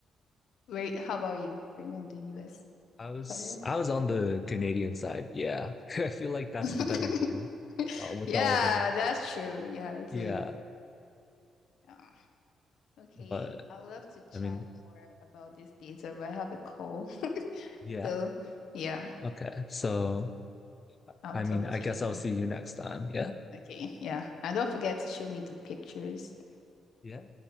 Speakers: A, on the left; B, on the left.
A: Wait, how about you? Were you on the US
B: I was
A: side?
B: I was on the Canadian side. Yeah. <laughs> I feel like that's
A: <laughs>
B: the better view. Uh, with
A: Yeah,
B: all the
A: that's true. Yeah, it
B: yeah,
A: is. Yeah. Okay.
B: but
A: I'd love to chat
B: I mean,
A: more about this later, but I have a call. <laughs>
B: yeah.
A: So, yeah,
B: Okay. So,
A: I'll
B: I
A: talk
B: mean, I
A: to
B: guess
A: you.
B: I'll see you next time. Yeah.
A: Okay. Yeah. And don't forget to show me the pictures.
B: Yeah.